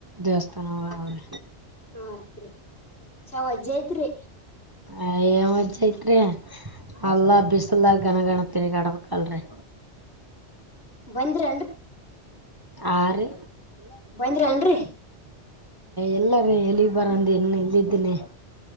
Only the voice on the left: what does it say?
ಆಯ್ತ್ರಿ ಚಾವ ಅಜ್ಜ ಐತ್ರಿ
ಬಂದ್ರಿ
ಬೈಂದ್ರ ಏನ್ರಿ